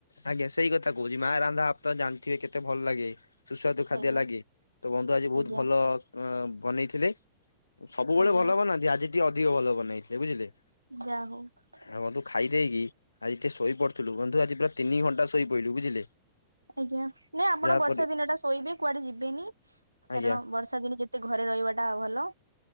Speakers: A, on the left; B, on the right.
A: ଆଜ୍ଞା ସେଇ କଥା କହୁଛି ମା ରାନ୍ଧା ଆପଣ ଜାଣିଥିବେ କେତେ ଭଲ ଲାଗେ। ସୁସ୍ୱାଦୁ ଖାଦ୍ୟ
B: ଆଜ୍ଞା
A: ଲାଗି ତ ବନ୍ଧୁ ଆଜି ବହୁତ
B: ଆଜ୍ଞା
A: ଭଲ ବ-ବନେଇଥିଲେ। ସବୁବେଳେ
B: ଆଜ୍ଞା
A: ଭଲ ବନାନ୍ତି ଆଜି ଟିକେ ଅଧିକ ଭଲ ବନେଇଥିଲେ ବୁଝିଲେ।
B: ଯା ହୋଉ।
A: ଆଉ ବନ୍ଧୁ ଖାଇ ଦେଇକି ଆଜି ଟିକେ ଶୋଇ ପଡୁଥିଲୁ ବନ୍ଧୁ ଆଜି ପୁରା ତିନି ଘଣ୍ଟା ଶୋଇ ପଇଲୁ ବୁଝିଲେ।
B: ଆଜ୍ଞା ନାଇଁ ଆପଣ
A: ଯାହାପରେ
B: ବର୍ଷା ଦିନ ଟା ଶୋଇବେ କୁଆଡେ ଯିବେନି।
A: ଆଜ୍ଞା
B: କାରଣ ବର୍ଷା ଦିନେ ଯେତେ ଘରେ ରହିବାଟା ଭଲ।